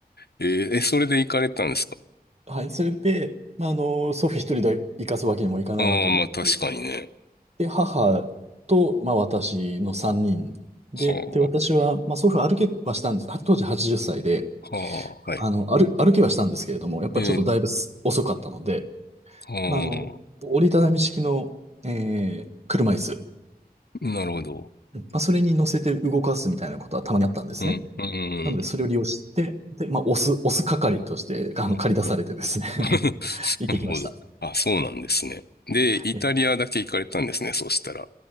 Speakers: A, on the left (about 80°); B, on the right (about 40°).
A: ええ、えそれで行かれたんですか
B: はい、それで、まあ、あの、祖父一人で行かすわけにもいかないわけですし。
A: ああ、まあ確かにね。
B: で、母と、まあ、私の3人で、
A: は
B: で、私は、まあ、祖父歩けはしたんです。当時80歳で、
A: あ、はあ、はい。
B: あの、歩、歩きはしたんですけれども、やっぱりちょっとだいぶす遅かったので、
A: ええ、は
B: まあ、あの、折りたたみ式の、えー車椅子、
A: あ、なるほど。
B: まあ、それに乗せて動かすみたいなことはたまにあったんですね。
A: うん、う
B: なので、
A: ん、
B: それを利用して、で、まあ、押す、押す係として、あの、
A: なるほど。
B: 借り出されてですね
A: <laughs>
B: <laughs> 行ってきました。
A: なるほど。あ、そうなんですね。で、イタリアだけ行かれたんですね、
B: え
A: そうしたら。